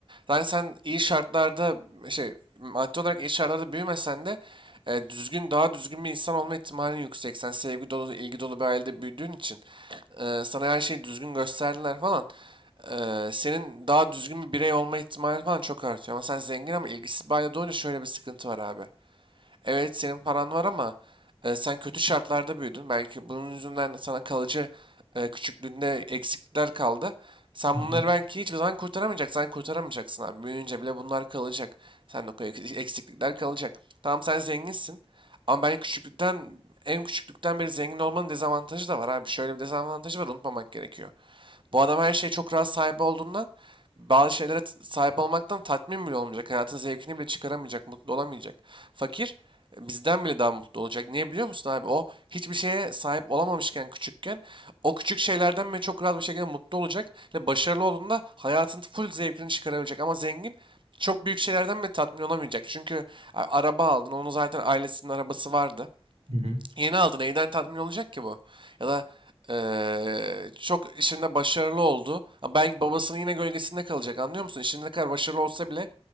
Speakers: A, on the right (about 50°); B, on the right (about 75°).
A: Yani sen iyi şartlarda şey maddi olarak iyi şartlarda büyümesen de e, düzgün daha düzgün bir insan olma ihtimalin yüksek. Sen sevgi dolu, ilgi dolu bir ailede büyüdüğün için e, sana her şeyi düzgün gösterdiler falan. E, senin daha düzgün bir birey olma ihtimalin falan çok artıyor. Ama sen zengin ama ilgisiz bir ailede olunca şöyle bir sıkıntı var abi. Evet senin paran var ama e, sen kötü şartlarda büyüdün. Belki bunun yüzünden sana kalıcı e, küçüklüğünde eksiklikler kaldı. Sen
B: Hı hı.
A: bunları belki hiçbir zaman kurtaramayacaksın. Sen kurtaramayacaksın abi. Büyüyünce bile bunlar kalacak. Sen de o eksiklikler kalacak. Tamam sen zenginsin. Ama ben küçüklükten, en küçüklükten beri zengin olmanın dezavantajı da var abi. Şöyle bir dezavantajı var unutmamak gerekiyor. Bu adam her şeye çok rahat sahibi olduğundan bazı şeylere t- sahip olmaktan tatmin bile olmayacak. Hayatın zevkini bile çıkaramayacak, mutlu olamayacak. Fakir e, bizden bile daha yüzden mutlu olacak. Niye biliyor musun abi? O hiçbir şeye sahip olamamışken küçükken o küçük şeylerden bile çok rahat bir şekilde mutlu olacak. Ve başarılı olduğunda hayatın full zevkini çıkarabilecek. Ama zengin çok büyük şeylerden bile tatmin olamayacak. Çünkü a- araba aldın. Onun zaten ailesinin arabası vardı.
B: Hı hı.
A: Yeni aldı. Neyden tatmin olacak ki bu? Ya da eee, çok işinde başarılı oldu. Ama belki babasının yine gölgesinde kalacak. Anlıyor musun? İşinde ne kadar başarılı olsa bile